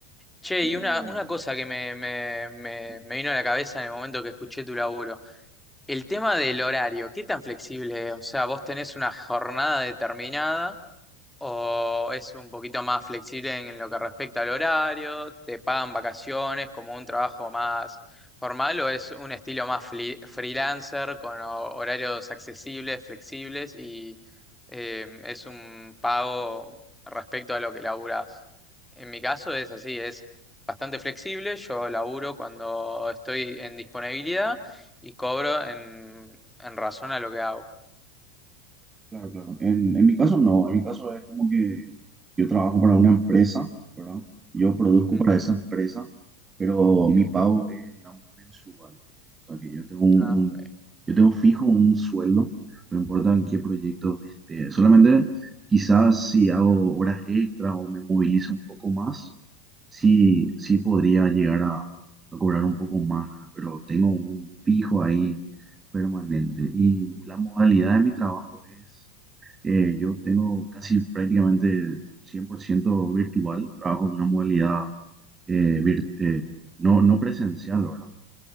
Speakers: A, in the centre; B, on the right.
A: Che,
B: Sí,
A: y
B: pero...
A: una, una cosa que me, me, me,
B: sí.
A: me vino a la cabeza en el momento que escuché tu laburo, el tema del horario, ¿qué tan flexible es? O sea, vos tenés una jornada determinada o es un poquito más flexible en lo que respecta al horario, te pagan vacaciones como un trabajo más formal o es un estilo más fli- freelancer con ho- horarios accesibles, flexibles y eh, es un pago respecto a lo que laburas. En mi caso es así, es bastante flexible, yo laburo cuando estoy en disponibilidad y cobro en, en razón a lo que hago.
B: Claro, claro. En, en mi caso no, en mi caso es como que yo trabajo para una empresa, ¿verdad? Yo produzco
A: Ujú,
B: para esa empresa, pero mi
A: ujú.
B: pago es, digamos, mensual, digamos. O sea que yo tengo un,
A: Ah,
B: un-
A: ok.
B: yo tengo fijo un sueldo, no importa en qué proyecto esté. Solamente quizás si hago horas extras o me movilizo un poco más, sí, sí podría llegar a, a cobrar un poco más, ¿verdad? Pero tengo un fijo ahí permanente. Y la modalidad de mi trabajo es, eh, yo tengo casi prácticamente 100% virtual, trabajo en una modalidad eh, vir- eh, no, no presencial, ¿verdad?